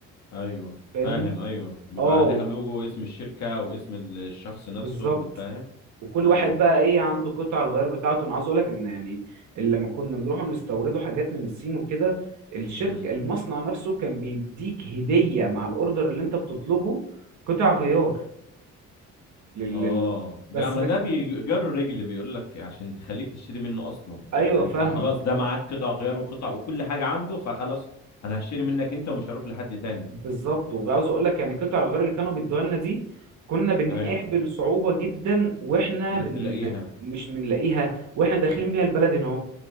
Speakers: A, on the left; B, on the right.
A: ايوه
B: فاهمني
A: فاهم ايوه بيبقى
B: اه
A: عليها لوجو اسم الشركه واسم ال- الشخص نفسه
B: بالظبط
A: فاهم
B: وكل
A: ايوه
B: واحد بقى ايه عنده قطع الغيار بتاعته انا عاوز اقول لك ان يعني اللي لما كنا بنروح نستوردوا حاجات من الصين وكده الشركه
A: مم.
B: المصنع نفسه كان بيديك هديه مع الاوردر اللي انت بتطلبه قطع غيار لل...
A: اه
B: لل-
A: بقى
B: بس
A: ما
B: ما...
A: ده بيجر رجل بيقول لك عشان تخليك تشتري منه اصلا
B: ايوه
A: يعني انت
B: فاهمك
A: خلاص ده معاك قطع غيار وقطع وكل حاجه عنده فخلاص انا هشتري منك انت ومش هروح لحد تاني
B: بالظبط وعاوز اقول لك يعني قطع الغيار اللي كانوا بيدوها لنا دي كنا بنقابل
A: ايوه
B: صعوبه جدا واحنا
A: انك
B: بن...
A: تلاقيها
B: مش بنلاقيها واحنا داخلين بيها البلد هنا اهو